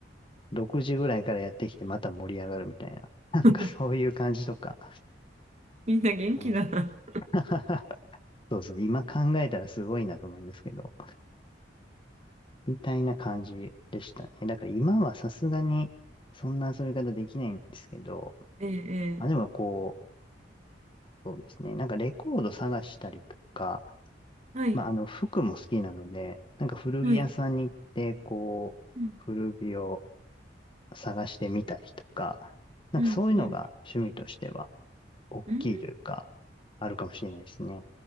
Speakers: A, on the left; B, on the right.
A: 6時ぐらいからやってきてまた盛り上がるみたいな。<laughs> なんかそういう感じとか。
B: <laughs> みんな元気だな。
A: 面白い。<laughs> そうそう、今考えたらすごいなと思うんですけど、みたいな感じでしたね。だから今はさすがにそんな遊び方できないんですけど、
B: えええ
A: まあでもこう、そうですね、なんかレコード探したりとか、
B: えはい、
A: まあ、あの、服も好きなので、なんか古着屋さんに行って、
B: はい。
A: こう、
B: うん、
A: 古着を探してみたりとか、なんかそういうのが趣味としては、
B: うん、うん。
A: 大きいというか、
B: うん、
A: あるかもしれないですね。